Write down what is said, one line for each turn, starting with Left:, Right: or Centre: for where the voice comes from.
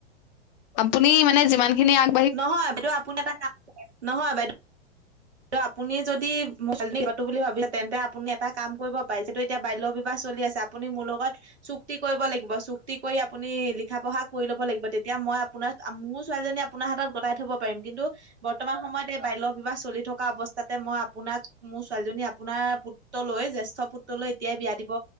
Left: আপুনি মানে যিমান খিনি আগ
Right: নহয় বাইদেউ, আপুনি এটা <unintelligible> কাম কৰে নহয় বাইদেউ আপুনি যদি মটো <unintelligible> বুলি ভাবিছে, তেন্তে আপুনি এটা কাম কৰিব পাৰে, যিহেতু এতিয়া বাল্য বিবাহ চলি আছে, আপুনি মোৰ লগত চুক্তি কৰিব লাগিব, চুক্তি কৰি আপুনি লিখা পঢ়া কৰি ল'ব লাগিব, তেতিয়া মই আপোনাৰ, মোৰ ছোৱালীজনী আপোনাৰ হাতত গটাই থব পাৰিম, কিন্তু বৰ্তমান সময়ত এই বাল্য বিবাহ চলি থকা থকা অৱস্থাতে মই আপোনাক, মোৰ ছোৱালীজনী আপোনাৰ পুত্ৰ ললৈ, জ্যেষ্ঠ পুত্ৰলৈ এতিয়া বিয়া দিব